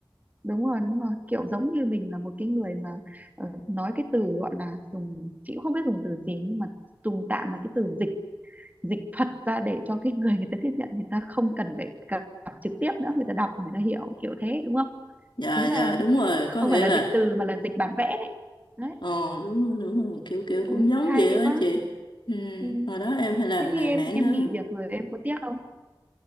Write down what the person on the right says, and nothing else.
Đúng rồi, đúng rồi. Kiểu giống như mình là một cái người mà ờ, nói cái từ gọi là dùng chị cũng không biết dùng từ gì nhưng mà dùng tạm là cái từ dịch dịch thuật ra để cho cái người người ta tiếp nhận người ta không cần phải gặp, gặp trực tiếp nữa, người ta đọc người ta hiểu kiểu thế đúng không?
ý
là
không
phải là
dịch từ mà là dịch bản vẽ đấy đấy
ừ,
hay
quá
ừ.
thế khi
em
em
nghỉ việc rồi em có tiếc không